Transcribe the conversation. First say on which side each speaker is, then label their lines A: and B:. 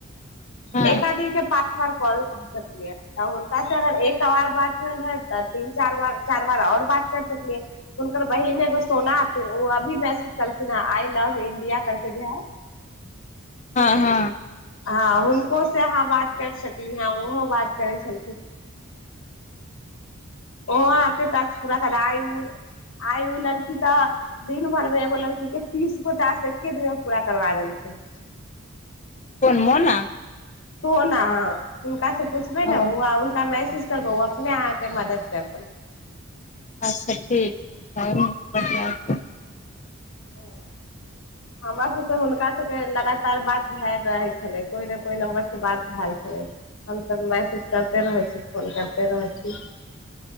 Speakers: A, on the left; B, on the left.
A: हँ
B: एक आदमी के पाँच बार कॉल कर सकलियै तऽ हुनका से अगर एक बार बात होल हौत तऽ तीन चार बार चार बार आओर बात कर सकलियै हुनकर बहिन एगो सोना फेर ओ अभी मैसेज कलखिन है आई लव इं्डिया करके जे है
A: हँ हँ
B: हँ हुनक से अहाँ बात कर सकली है ओहो बात करै छलखिन ओ आहाँ के टास्क पूरा करा आइ उ आइ ओ लड़की तऽ दिन भर मे एगो लड़की के तीस गोटा सँ एके दिन मे पूरा करबा देलखिन
A: कोन मोना
B: तो ने अहाँ हुनका सब पुछबै
A: ओ
B: ने ह हुनका मैहसूज करबौ अपने अहाँके मदद करतौ
A: अच्छा ठीक ह <unintelligible>
B: ह हमरा सभ हुनका सभके लगातार बात भए रह छलै कोइ ने कोइ नम्बरसँ बात भए छलै हमसभ मैसेज करते रहै छी फोन करते रहै छी